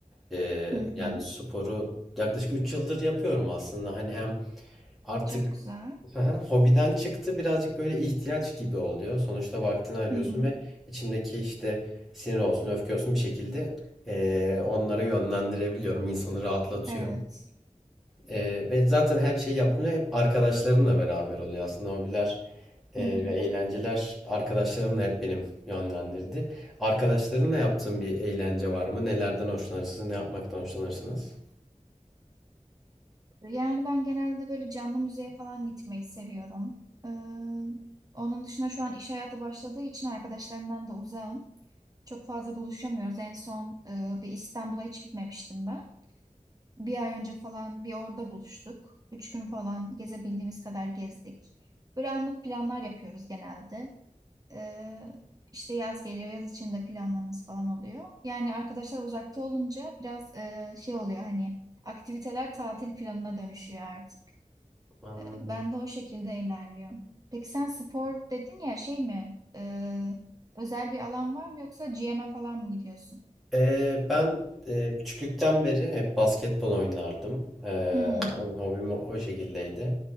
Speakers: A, in the centre; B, on the right (about 30°).
A: Ee,
B: Hı hı.
A: yani sporu yaklaşık 3 yıldır yapıyorum aslında. Hani hem artık
B: Çok güzel.
A: Aha, hobiden çıktı birazcık böyle ihtiyaç gibi oluyor. Sonuçta vaktini ayırıyorsun
B: Hı hı.
A: ve içimdeki işte sinir olsun, öfke olsun bir şekilde eee, onlara yönlendirebiliyorum. İnsanı rahatlatıyor.
B: Evet.
A: Eee, ve zaten her şeyi yaptığımda hep arkadaşlarımla beraber oluyor. Aslında hobiler eee,
B: Hı hı.
A: ve eğlenceler arkadaşlarımla hep benim yönlendirdi. Arkadaşlarınla yaptığın bir eğlence var mı? Nelerden hoşlanırsınız? Ne yapmaktan hoşlanırsınız?
B: Yani ben genelde böyle canlı müzeye falan gitmeyi seviyorum. Ee, onun dışında şu an iş hayatı başladığı için arkadaşlarımdan da uzağım. Çok fazla buluşamıyoruz. En son e, bir İstanbul'a hiç gitmemiştim ben. Bir ay önce falan bir orada buluştuk. Üç gün falan gezebildiğimiz kadar gezdik. Böyle anlık planlar yapıyoruz genelde. E, işte yaz geliyor, yaz içinde planlarımız falan oluyor. Yani arkadaşlar uzakta olunca biraz e, şey oluyor hani aktiviteler tatil planına dönüşüyor artık.
A: Anladım.
B: E, ben de o şekilde ilerliyor. Peki sen spor dedin ya şey mi? E, özel bir alan var mı yoksa GM'e falan mı gidiyorsun?
A: Ee, ben e, küçüklükten beri hep basketbol oynardım. Ee,
B: Hmm,
A: o- hobim o, o şekildeydi.